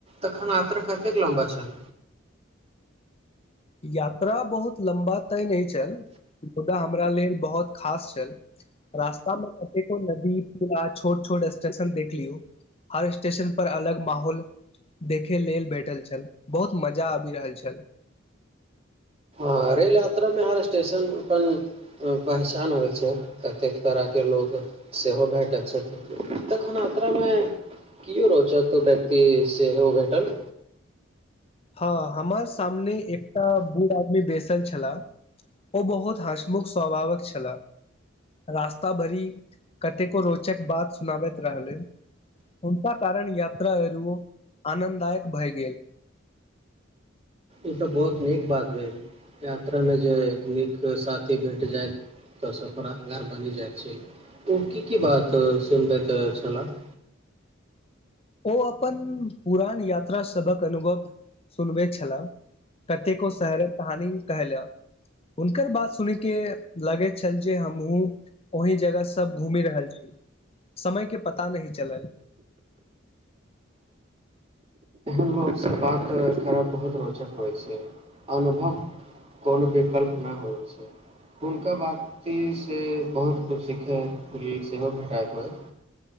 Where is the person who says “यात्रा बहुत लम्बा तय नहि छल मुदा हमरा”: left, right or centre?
Left